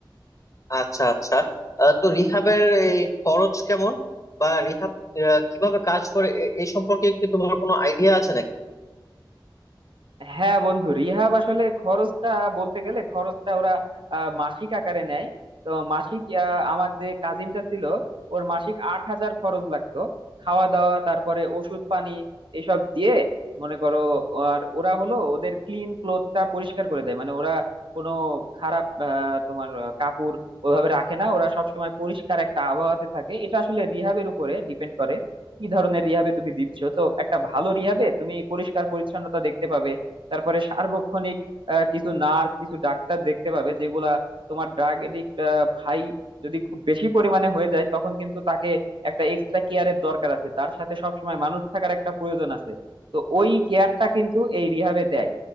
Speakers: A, on the left; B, on the right.
A: আচ্ছা আচ্ছা আহ, তো রিহাবের এই খরচ কেমন বা রিহাব আহ, কিভাবে কাজ করে এ- এই সম্পর্কে কি তোমার কোনো আইডিয়া আছে নাকি
B: হ্যাঁ বন্ধু রিহাব আসলে খরচটা বলতে গেলে খরচটা ওরা আহ, মাসিক আকারে নেয় তো মাসিক আহ, আমার যে কাজিনটা ছিল ওর মাসিক আট হাজার খরচ লাগতো খাওয়া দাওয়া তারপরে ওষুধ পানি এসব দিয়ে মনে করো আর ওরা হলো ওদের ক্লিন ক্লোথটা পরিষ্কার করে দেয় মানে ওরা কোনো খারাপ আহ, তোমার আহ, কাপড় ওইভাবে রাখে না ওরা সবসময় পরিষ্কার একটা আবহাওয়াতে থাকে এটা আসলে রিহাবের উপরে ডিপেন্ড করে কি ধরনের রিহাবে তুমি দিচ্ছ তো একটা ভালো রিহাবে তুমি পরিষ্কার পরিচ্ছন্নতা দেখতে পাবে তারপরে সার্বক্ষণিক আহ, কিছু নার্স কিছু ডাক্তার দেখতে পাবে যেগুলা তোমার ড্রাগ এডিক্ট ভাই যদি খুব বেশি পরিমাণে হয়ে যায় তখন কিন্তু তাকে একটা এক্সট্রা কেয়ারের দরকার আছে তার সাথে সবসময় মানুষ থাকার একটা প্রয়োজন আছে তো ওই কেয়ারটা কিন্তু এই রিহাবে দেয়